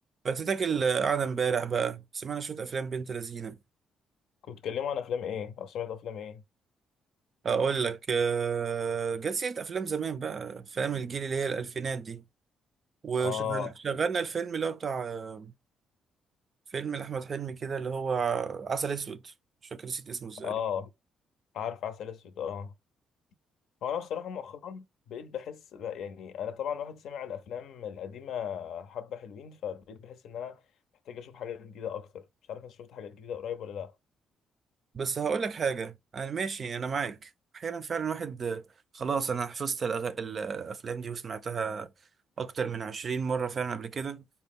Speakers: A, on the right; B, on the left.
A: فاتتاكل قاعدة امبارح بقى سمعنا شوية أفلام بنت لذينة
B: كنت بتتكلموا عن افلام ايه او سمعت افلام ايه
A: أقول لك آه، جت سيرة أفلام زمان بقى فاهم الجيل اللي هي الألفينات دي وشغلنا
B: اه
A: الفيلم اللي هو بتاع آه، فيلم لأحمد حلمي كده اللي هو عسل أسود مش فاكر نسيت اسمه ازاي
B: اه عارف عسل اسود اه هو انا بصراحه مؤخرا بقيت بحس بقى يعني انا طبعا واحد سمع الافلام القديمه حبه حلوين فبقيت بحس ان انا محتاج اشوف حاجات جديده اكتر مش عارف انت شفت حاجات جديده قريب ولا لا
A: بس هقول لك حاجة أنا ماشي أنا معاك أحيانا فعلا واحد آه، خلاص أنا حفظت الأغ... الأفلام دي وسمعتها أكتر من عشرين مرة فعلا قبل كده